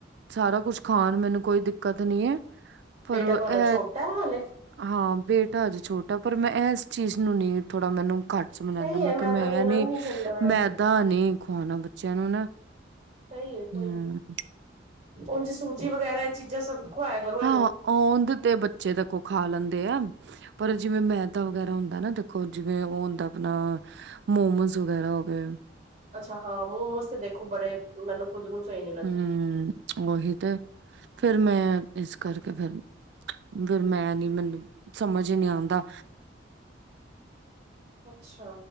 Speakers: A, on the right; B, on the right.
A: ਸਾਰਾ ਕੁਛ ਖਾਣ, ਮੈਨੂੰ ਕੋਈ ਦਿੱਕਤ ਨੀ ਐਂ। ਪਰ
B: ਬੇਟਾ
A: ਵੋ
B: ਤੁਹਾਡਾ
A: ਐ
B: ਛੋਟਾ ਹੈ ਹਾਲੇ
A: ਹਾਂ, ਬੇਟਾ ਅਜੇ ਛੋਟਾ। ਪਰ ਮੈਂ ਇਸ ਚੀਜ਼ ਨੂੰ ਨਹੀਂ ਥੋੜ੍ਹਾ ਮੈਨੂੰ ਘੱ ਸਮਝ
B: ਸਹੀ
A: ਆਂਦਾ। ਮੈਂ
B: ਹੈ ਮੈਦਾ
A: ਕਿਹਾ ਮੈਂ
B: ਦੇਣਾ
A: ਨੀ
B: ਵੀ ਚਾਹੀਦਾ ਵੈਸੇ
A: ਮੈਦਾ ਨੀ ਖਵਾਣਾ ਬੱਚਿਆਂ ਨੂੰ ਨਾ।
B: ਸਹੀ ਏ, ਸਹੀ
A: ਹੂੰ
B: ਏ। ਉਂਝ ਸੂਜ਼ੀ ਵਗੈਰਾ ਇਹ ਚੀਜ਼ਾਂ ਸਭ ਖਵਾਇਆ ਕਰੋ ਇਹਨੂੰ
A: ਹਾਂ, ਔਂਦੇ ਤੇ ਬੱਚੇ ਤ ਕੋ ਖਾ ਲੈਂਦੇ ਆ। ਪਰ ਜਿਵੇਂ ਮੈਦਾ ਵਗੈਰਾ ਹੁੰਦਾ ਨਾ। ਦੇਖੋ ਜਿਵੇਂ, ਉਹ ਹੁੰਦਾ ਆਪਣਾ ਮੋਮੋਸ ਵਗੈਰਾ ਹੋ ਗਏ।
B: ਅੱਛਾ ਹਾਂ ਮੋਮਜ ਤੇ ਦੇਖੋ ਬੜੇ ਮੈਨੂੰ ਖੁਦ ਨੂੰ ਚਾਹੀਦਾ
A: ਹੂੰ ਉਹੀ ਤੇ ਫੇਰ ਮੈਂ ਇਸ ਕਰਕੇ ਫੇਰ ਫੇਰ ਮੈਂ ਨੀ ਮੈਨੀ ਸਮਝ ਹੀ ਨੀ ਆਉਂਦਾ।
B: ਅੱਛਾ।